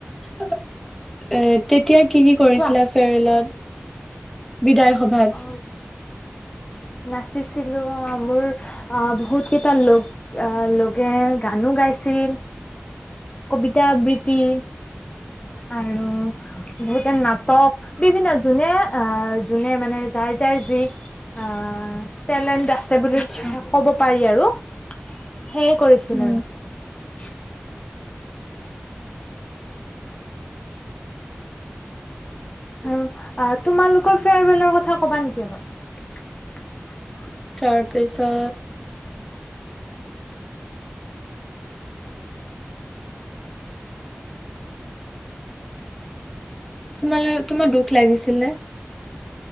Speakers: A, in the centre; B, on the left.
A: তে তেতিয়া কি কি কৰিছিলা
B: কোৱা
A: ফেয়াৰৱেলত বিদায় সভাত
B: অ নাচিছিলো আহ মোৰ আহ বহুত কেইটা ল আহ লগে গানো গাইছিল কবিতা আবৃত্তি আৰু বহুত যেনেকে নাটক বিভিন্ন যোনে আহ যোনে মানে যাৰ যাৰ যি অ টেলেণ্ট আছে বুলি
A: আচ্ছা
B: ক'ব পাৰি আৰু সেইয়ে কৰিছিল
A: উম
B: আৰু হুমচ আৰু আ তোমালোকৰ ফেয়াৰৱেলৰ কথা কবা নেকি অলপ
A: তাৰপিছত তোমালৈ তোমাৰ দুখ লাগিছিল নে